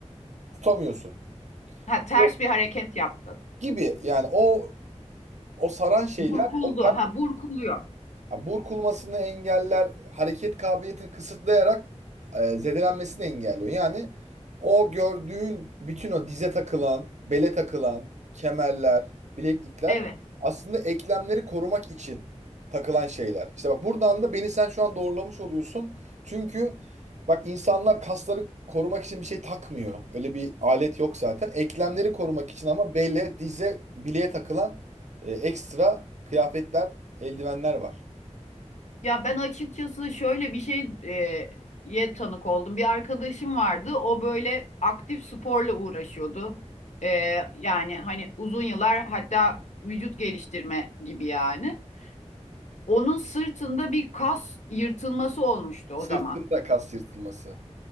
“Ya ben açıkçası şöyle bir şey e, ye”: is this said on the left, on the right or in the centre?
Left